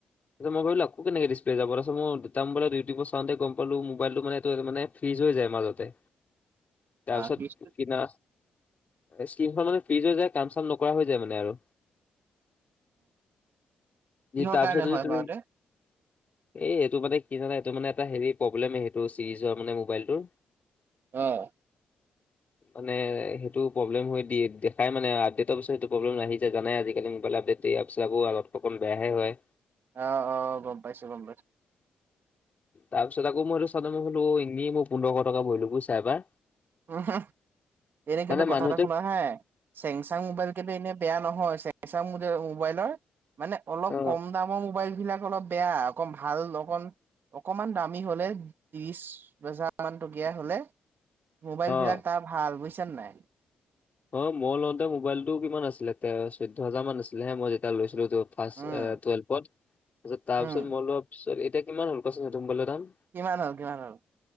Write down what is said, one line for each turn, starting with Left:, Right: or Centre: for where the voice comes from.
Left: যে মই ভাবিলো আকৌ, কেনেকে ডিছপ্লে যাব, তাৰ পিছত মই দেউতাৰ মোবাইলত ইউটিউব চাওঁতে গম পালো, মোবাইলটো মানে এইটো মানে ফ্ৰিজ হৈ যায়, মাজতে। তাৰপিছত
Right: অ, <inaudible>
Left: কিনা, স্কিন খন মানে ফ্ৰিজ হৈ যায়, কাম-চাম নকৰা হৈ যায় মানে আৰু।
Right: কিহৰ
Left: যি তাৰপিছত
Right: কাৰণে
Left: যদি
Right: হয়
Left: তুমি
Right: বাৰুতে
Left: এই, এইটো মানে কি জানা, এইটো মানে এটা হে প্ৰব্লেম সেইটো চিৰিজৰ মানে, মোবাইলটোৰ।
Right: অ,
Left: মানে সেইটো প্ৰব্লেম হৈ দি দেখাই মানে, আপডেটৰ পিছত সেইটো প্ৰবলেম আহি যায়, জানাই আজিকালি মোবাইল আপডেট দিয়াৰ পিছত, আকৌ অলপ অকণ বেয়াহে হয়।
Right: অ, অ, গম পাইছো, গম পাইছো।
Left: তাৰ পিছত আকৌ মইটো, <inaudible> এনেই মই পোন্ধৰশ টকা ভৰিলো, এবাৰ
Right: উম, হম, এনে কিন্তু
Left: মানে
Right: কথা
Left: মানুহটোৱে
Right: এটা শুনা হা, চেমচাং মোবাইল কিন্তু এনে বেয়া নহয়, ছেমসং মোবাইলৰ, মানে অলপ
Left: অ',
Right: কম দামৰ, মোবাইল বিলাক অলপ বেয়া, অকণ ভাল অকণ অকণমান দামী হ'লে, ত্ৰিছ হাজাৰ মান টকীয়া হ'লে। মোবাইল বিলাক
Left: অ',
Right: তাৰ ভাল, বুজিছ নে নাই।
Left: অ, মই লওঁতে মোবাইল টো কিমান আছিলে, তে চৈধ্য হাজাৰ মান আছিলে হে, মই যেতিয়া লৈছিলো তো। ফাৰ্ষ
Right: উম
Left: টুৱেলভত, পিছত তাৰ
Right: উম
Left: পিছত মই লোৱা পিছত এতিয়া কিমান হ'ল কোৱাচোন সেইটো মোবাইলৰ দাম?
Right: কিমান হ'ল, কিমান হ'ল?